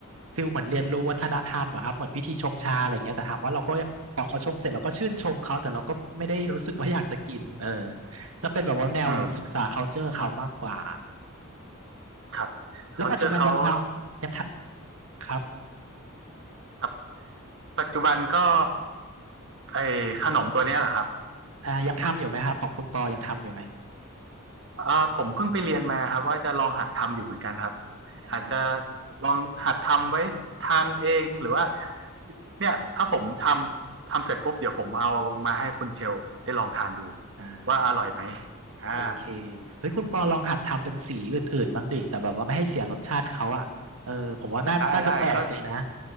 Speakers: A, on the right (about 80°); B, on the right (about 55°).
A: ฟิลเหมือนเรียนรู้วัฒนธรรมอะครับเหมือนพิธีชงชาอะไรอย่างเงี้ยแต่ถามว่าเราก็พอเขาชงเสร็จเราก็ชื่นชมเขาแต่เราก็ไม่ได้รู้สึกว่าอยากจะกินเออ จะเป็นแบบว่าแนวศึกษา
B: อืม
A: culture เขามากกว่า
B: ครับ
A: แล้วปัจจุบันยังทำยังท
B: เขาเจอเขา
A: ำครับ
B: ครับปัจจุบันก็ไอขนมตัวเนี้ยแหละครับ
A: อ่ายังทำอยู่ไหมครับของคุณปอยังทำอยู่ไหม
B: อ่าผมเพิ่งไปเรียนมาครับว่าจะลองหัดทำอยู่เหมือนกันครับ
A: อ่า
B: อาจจะลองหัดทำไว้ทานเองหรือว่าเนี่ยถ้าผมทำทำเสร็จปุ๊บเดี๋ยวผมเอามาให้คุณเชลได้ลองทานดู
A: อ่
B: ว่าอร่อยไหม
A: า
B: อ่า
A: โอเคเฮ้ยคุณปอลองหัดทำเป็นสีอื่นๆบ้างดิแต่แบบว่าไม่ให้เสียรสชาติเขาอ่ะเออผมว่าน่าน่าจะแปลกดีนะ
B: ได้ได้ก็